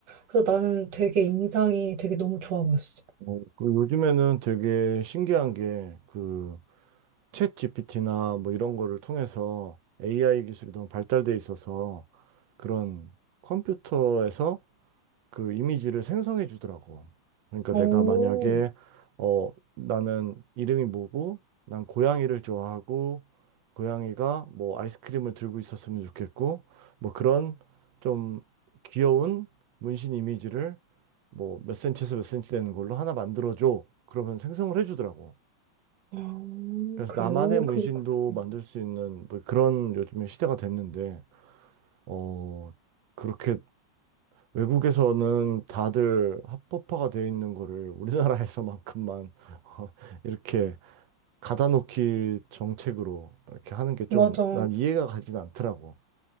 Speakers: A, on the right (about 65°); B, on the right (about 80°).
A: 그래서 나는 되게 인상이 되게 너무 좋아 보였어.
B: 어, 그리고 요즘에는 되게 신기한 게 그 챗 GPT나 뭐 이런 거를 통해서 AI 기술이 너무 발달돼 있어서 그런 컴퓨터에서 그 이미지를 생성해 주더라고. 그러니까
A: 오,
B: 내가 만약에 어 나는 이름이 뭐고 난 고양이를 좋아하고 고양이가 뭐 아이스크림을 들고 있었으면 좋겠고 뭐 그런 좀 귀여운 문신 이미지를 뭐 몇 센치에서 몇 센치 되는 걸로 하나 만들어 줘. 그러면 생성을 해 주더라고.
A: 아,
B: 그래서
A: 그래,
B: 나만의 문신도
A: 그게 그렇게 돼.
B: 만들 수 있는 뭐 그런 요즘에 시대가 됐는데 어 그렇게 외국에서는 다들 합법화가 되어 있는 거를 우리나라에서만큼만 <laughs> 어, 이렇게 가다놓기 정책으로 이렇게 하는 게 좀
A: 맞아.
B: 난 이해가 가진 않더라고.